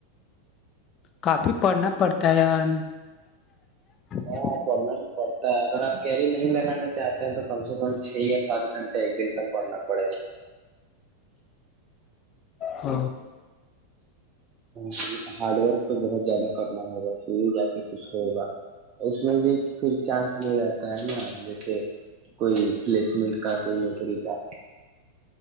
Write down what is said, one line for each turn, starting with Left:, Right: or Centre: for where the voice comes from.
Left: کافی پڑھنا پڑتا ہے ی
Right: ہاں پڑھنا تو پڑتا اگر آپ کیری نہیں لگان نا چاہتے ہیں تو کم سے کم چھ یا سات گھنٹے ایک دن کا پڑھنا پڑے گا
Left: ہ
Right: ہ ہارڈ ورک تو بہت زیادہ کرنا ہوگا پ ہی جات کچھ ہوگا اس میں بھی پھر چانس لے رہاتتا ہے نا جیسے کوئی پلیسمنٹ کا کوئی نوکری کا